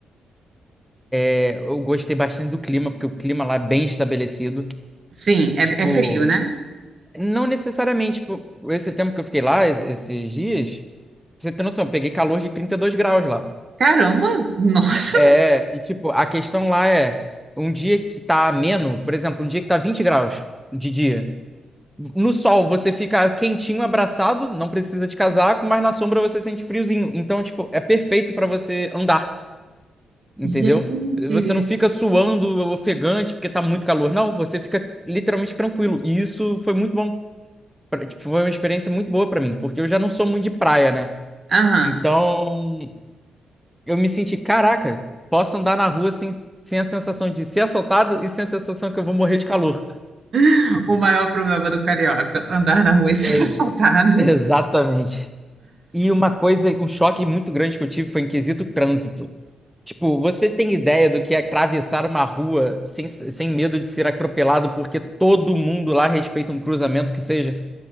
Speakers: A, in the centre; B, on the right.
A: É, Eu gostei bastante do clima, porque o clima lá é bem estabelecido.
B: Sim, é,
A: Tipo,
B: é frio, né?
A: não necessariamente, tipo, esse tempo que eu fiquei lá, es- esses dias, pra você ter noção, eu peguei calor de 32 graus lá.
B: Caramba! Nossa!
A: É, e tipo, a questão lá é um dia que tá ameno, por exemplo, um dia que tá 20 graus de dia. No sol você fica quentinho, abraçado, não precisa de casaco, mas na sombra você sente friozinho. Então, tipo, é perfeito pra você andar. entendeu?
B: <laughs> Gente!
A: Você não fica suando, ofegante, porque tá muito calor. Não, você fica literalmente tranquilo. E isso foi muito bom. Pra- tipo, foi uma experiência muito boa pra mim, porque eu já não sou muito de praia, né?
B: Aham.
A: Então, eu me senti, caraca, posso andar na rua sem, sem a sensação de ser assaltado e sem a sensação que eu vou morrer de calor.
B: <laughs> O maior problema do carioca, andar na rua e ser
A: Ex-
B: <laughs> assaltado.
A: exatamente. E uma coisa, um choque muito grande que eu tive foi em quesito trânsito. Tipo, você tem ideia do que é atravessar uma rua sem, sem medo de ser atropelado porque todo mundo lá respeita um cruzamento que seja?